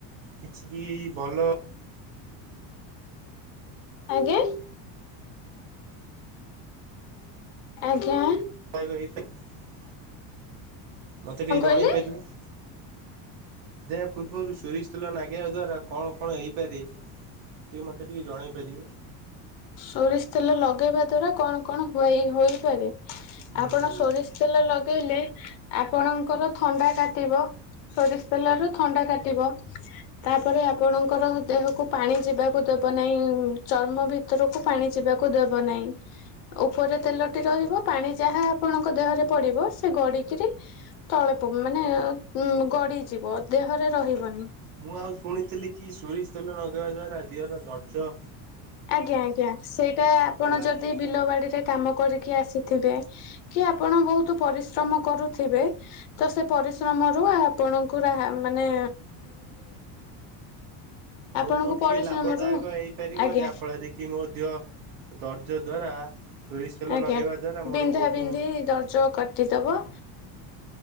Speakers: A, on the right; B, on the left.
A: କିଛି ବି ଭଲ
B: ଆଜ୍ଞା। ଆଜ୍ଞା।
A: <unintelligible> ମତେ
B: କଣ
A: ଟିକେ
B: କହିଲେ
A: ଜଣେଇ ପାରିବେ। <unintelligible> ପୂର୍ବରୁ ସୋରିଶ ତେଲ ଲାଗେଇବା ଦ୍ଵାରା କଣ କଣ ହେଇପାରେ? ଟିକିଏ ମତେ ଟିକେ ଜଣାଇପାରିବେ।
B: ସୋରିଷ ତେଲ ଲଗେଇବା ଦ୍ଵାରା କଣ କଣ ହୁଏ ହୋଇପାରେ
A: ହୁଁ
B: ଆପଣ ସୋରିଷ ତେଲ ଲଗେଇଲେ ଆପଣଙ୍କର ଥଣ୍ଡା କାଟିବ ସୋରିଷ ତେଲ ରୁ ଥଣ୍ଡା କାଟିବ। ତାପରେ ଆପଣଙ୍କର ଦେହକୁ ପାଣି ଯିବାକୁ ଦବ ନାହିଁ ଚର୍ମ ବି ଭିତରକୁ ପାଣି ଯିବାକୁ ଦବ ନାହିଁ। ଉପରେ ତେଲଟି ରହିବ ପାଣି ଯାହା ଆପଣଙ୍କ ଦେହରେ ପଡିବ ସେ ଗଡିକିରି ତଳେ ପ ମାନେ ଉ ଗଡିଯିବ ଦେହରେ ରହିବନି।
A: ମୁଁ ଆଉ ଶୁଣିଥିଲି କି ସୋରିଷ ତେଲ ଲଗେଇବା ଦ୍ଵାରା ଦେହର ଦରଜ
B: ଆଜ୍ଞା ଆଜ୍ଞା ସେଇଟା ଆପଣ
A: ଲାଗେ।
B: ଯଦି ବିଲ ବାଡିରେ କାମ କରିକି ଆସିଥିବେ କି ଆପଣ ବୋହୁତ ପରିଶ୍ରମ କରୁଥିବେ ତ ସେ ପରିଶ୍ରମ ରୁ ଆପଣଙ୍କୁ ମାନେ
A: ବହୁତ
B: ଆପଣଙ୍କୁ
A: ଟିକେ
B: ପରିଶ୍ରମରୁ
A: ଲାଭଦାୟକ ହେଇପାରିବ
B: ଆଜ୍ଞା
A: ଯାହା ଫଳରେ କି କି ମୋ ଦେହ ଧର୍ଯ୍ୟ ଦ୍ଵାରା ସୋରିଷ ତେଲ
B: ଆଜ୍ଞା
A: ଲଗେଇବା ଦ୍ଵାରା ମୋର
B: ବିନ୍ଧା
A: ବହୁତ
B: ବିନ୍ଧି ଦରଜ କାଟିଦବ।